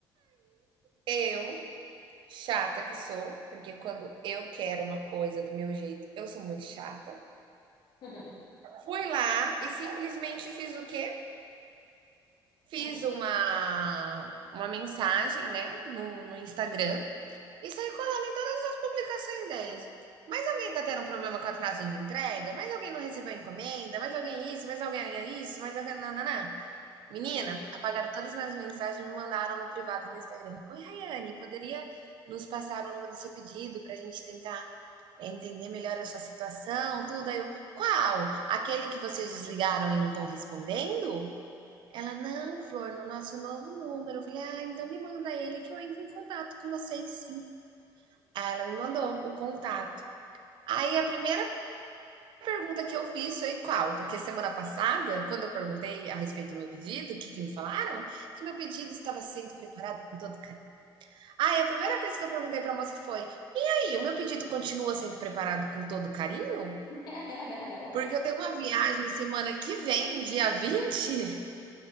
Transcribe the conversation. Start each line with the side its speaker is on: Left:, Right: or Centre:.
Right: Eu, chata que sou, porque quando eu quero uma coisa do meu jeito, eu sou muito chata.
Left: <laughs>
Right: Fui lá e simplesmente fiz o quê? Fiz
Left: Hum,
Right: uma uma mensagem, né, no no Instagram e saí colando em todas as publicações deles. Mas alguém tá tendo um problema com atraso de entrega? Mais alguém não recebeu a encomenda? Mais alguém isso, mais alguém isso, mais alguém nã-nã-nã". Menina,
Left: hum.
Right: apagaram todas as minhas mensagens e me mandaram no privado do Instagram: "Oi, Raiane, poderia nos passar o número do seu pedido pra gente tentar, eh, entender melhor a sua situação, tudo?". Aí eu: "Qual? Aquele que vocês desligaram e não estão respondendo?". Ela, não, Flor, no nosso novo número. Eu falei, ah, então me manda ele que eu entro em contato com vocês, sim. Aí ela me mandou o contato. Aí a primeira pergunta que eu fiz foi qual? Porque semana passada, quando eu perguntei a respeito do meu pedido, o que, que me falaram? Que meu pedido estava sendo preparado com todo carinho. Aí ah, a primeira coisa que eu perguntei para a moça foi: "E aí, o meu pedido continua sendo preparado com todo carinho?
Left: <laughs>
Right: Porque eu tenho uma viagem semana que vem, dia vinte.